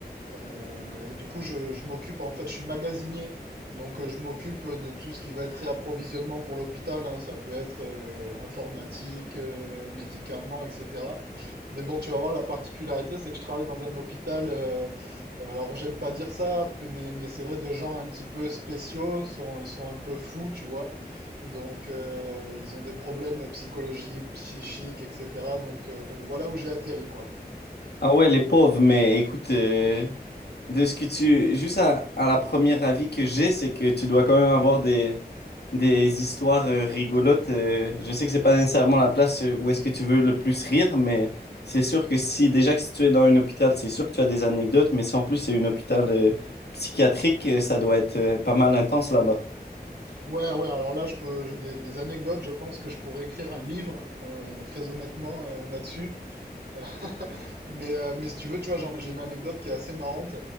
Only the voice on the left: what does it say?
Ah ouais, les pauvres, mais écoute, euh, de ce que tu... Juste à, à la première avis que j'ai, c'est que tu dois quand même avoir des, des histoires euh, rigolotes. euh, je sais que c'est pas nécessairement la place euh, où est-ce que tu veux le plus rire, mais c'est sûr que si déjà que si tu es dans un hôpital, c'est sûr que tu as des anecdotes, mais si en plus c'est un hôpital euh, psychiatrique, euh, ça doit être euh, pas mal intense là-bas.